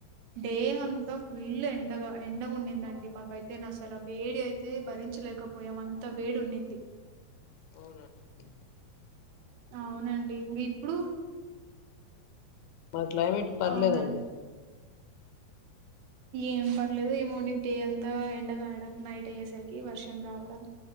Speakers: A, on the right; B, on the left.
A: డే అంత ఇల్లు ఎండగా ఎండగా ఉందండి మాకైతే నా అసలు వేడి అయితే భరించలేకపోయాం అంత వేడి ఉండింది
B: అవునా అండి
A: అవునండి ఇంకా ఇప్పుడు
B: బస్ క్లైమేట్ పర్లేదండి
A: అవునండి ఏం పర్లేదు ఏమో అండి డే అంతా ఎండగాయడం నైట్ అయ్యేసరికి వర్షం రావడం